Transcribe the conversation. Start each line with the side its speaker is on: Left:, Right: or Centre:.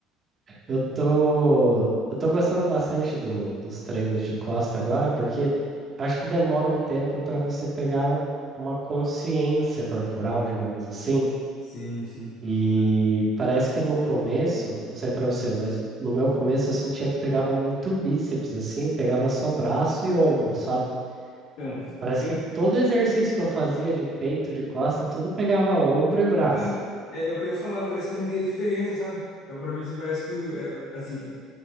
Right: Eu tô, eu tô gostando bastante do- dos treinos de costa agora, porque acho que demora um tempo para você pegar uma consciência corporal, digamos assim.
Left: Sim, sim.
Right: E parece que no começo, não sei para você, mas no meu começo eu sentia que pegava muito bíceps, assim, pegava só braço e ombro, sabe?
Left: Então,
Right: Parece
Left: eu,
Right: que todo exercício que eu fazia de peito, de costa, tudo pegava ombro e braço.
Left: então é, é o que eu ia falar, parece que eu não via diferença, sabe? Então, pra mim, assim, parece que, o- é, assim,